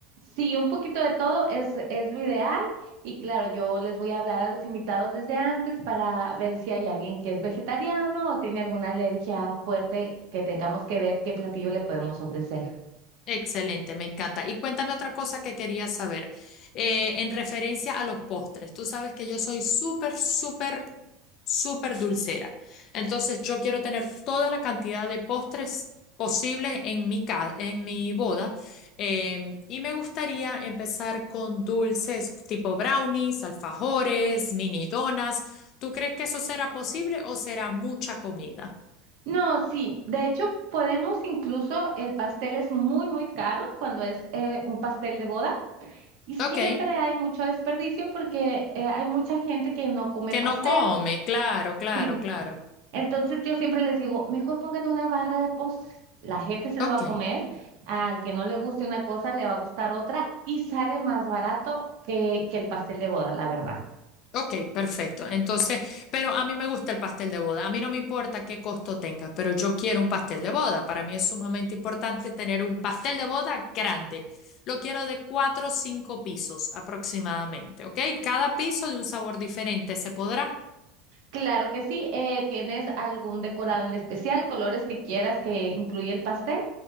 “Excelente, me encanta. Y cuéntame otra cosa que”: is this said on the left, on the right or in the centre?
Left